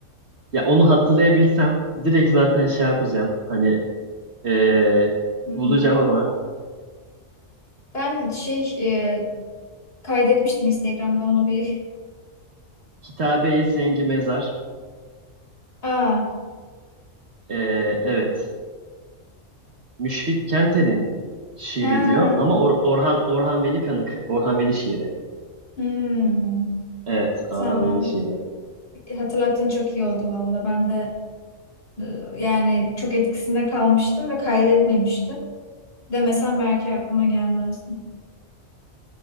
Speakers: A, on the right (about 60°); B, on the left (about 50°).
A: Ya onu hatırlayabilsem direkt zaten şey yapacağım. Hani eee,
B: Hmm.
A: bulacağım ama
B: Ben şey e, kaydetmiştim Instagram'da onu bir.
A: Kitabe-i Sengi Mezar
B: Aa,
A: eee, evet Müşfik Kenter'in şiiri
B: ha.
A: diyor ama Or- Orhan Orhan Veli Kanık Orhan Veli şiiri.
B: Hmm.
A: Evet
B: Tamam.
A: Orhan Veli şiiri.
B: Hatırlattığın çok iyi oldu valla. Ben de e, yani çok etkisinde kalmıştım ve kaydetmemiştim. Demesen belki aklıma gelmezdi.